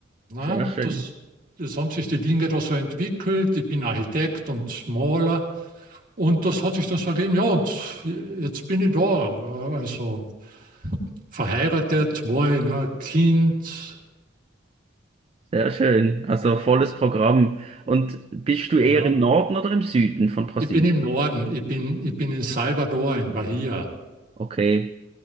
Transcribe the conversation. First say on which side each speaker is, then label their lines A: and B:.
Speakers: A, on the right (about 45°); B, on the right (about 30°).
A: Na,
B: Sehr schön,
A: das, das haben sich die Dinge da so entwickelt. Ich bin Architekt und Maler und das hat sich dann so ergeben. Ja, und jetzt bin ich da. äh, Also verheiratet, zwei, ne, Kind.
B: sehr schön. Also volles Programm. Und bist du eher
A: Ja.
B: im Norden oder im Süden von Brasilien?
A: Ich bin im Norden, ich bin, ich bin in Salvador, in Bahia.
B: Okay.